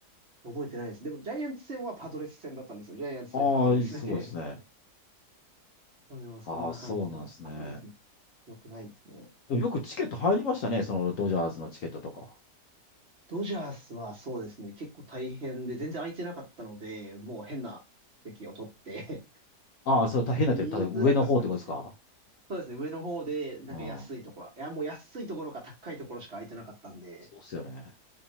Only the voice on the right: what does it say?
覚えてないです。でも、ジャイアンツ戦はパドレス戦だったんですよ。ジャイアンツ対パドレスで。
それはそんな感じですね。
おパドレスも良くないですね。
ドジャースはそうですね、結構大変で、全然空いてなかったので、もう変な席を取って
<laughs> 見づらかったんですけど、
そうですね、上の方で、なんか安いところ、
いや、もう安いところか高いところしか空いてなかったんで、